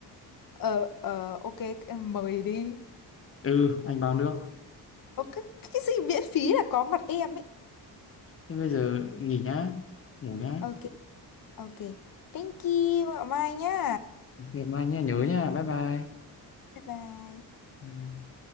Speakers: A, on the left; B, on the left.
A: ờ ờ ok em mời đi
B: Ừ, anh bao nước.
A: ok cái gì miễn phí là có mặt em ấy
B: Thế bây giờ nghỉ nhá, ngủ nhá.
A: ok ok thank you ạ mai nhá
B: Ok, mai nhá, nhớ nhá, bye bye.
A: bye bye
B: Bye.